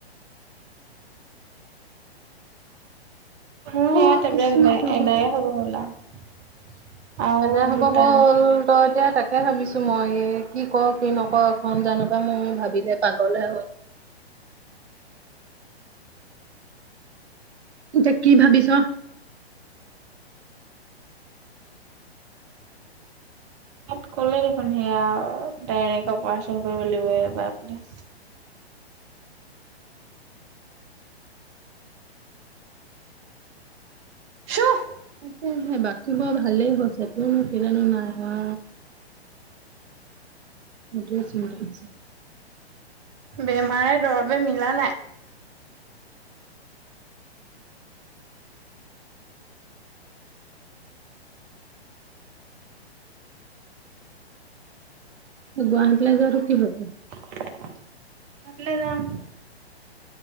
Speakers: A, on the right (about 30°); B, on the right (about 80°).
A: মোৰ
B: অ
A: সেয়া টেবলেট
B: কৃষ্ণ
A: এদায়
B: প্ৰভু
A: এদায়ে হ'ব হ'ল আও। আৰু
B: এদায় হব
A: দুটা
B: হ'ল, ত এতিয়া তাক তাকে ভাবিছো মই কি কঅ কি নকঅ, এখন জানো পাই, মই ভাবিলে পাগল হে এতিয়া কি ভাবিছ?
A: তাত ক'লে দেখোন, সেয়া ডাইৰেক্ট অপাৰচন কৰিব লাগিব এইবাৰ আপুনি। সুহ
B: তাকে, বাকীবোৰ ভালেই হৈছে, তোৰনো কেলেনো নাই আহা। সেইটোৱে থিক আছে।
A: বেমাৰে দৰৱে মিলা নাই।
B: গুৱাহাটীলৈ যোৱাটো কি হল?
A: গুৱাহাটীলে যাম।